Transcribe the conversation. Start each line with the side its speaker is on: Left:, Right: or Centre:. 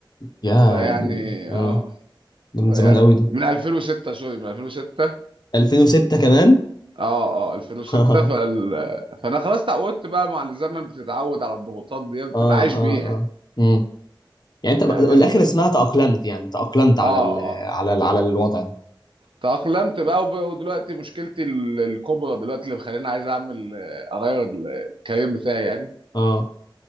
Left: يا
Right: فيعني
Left: دي اه
Right: اه
Left: ده من
Right: في
Left: زمان قوي ده
Right: من 2006 سوري من 2006
Left: 2006 كمان
Right: اه اه 2006
Left: <laughs> اه
Right: فال... فانا خلاص تعودت بقى مع الزمن بتتعود على الضغوطات ديت بتبقى
Left: اه
Right: عايش
Left: اه
Right: بيها
Left: امم يعني انت بقى-
Right: يعني
Left: من
Right: إن...
Left: الاخر اسمها تأقلمت يعني تأقلمت على
Right: اه
Left: ال...
Right: اه
Left: على ال... على الوضع ده
Right: تأقلمت بقى وب... ودلوقتي مشكلتي ال- الكبرى دلوقتي اللي مخليني عايز اعمل آه، اغير ال- الكارير بتاعي يعني
Left: اه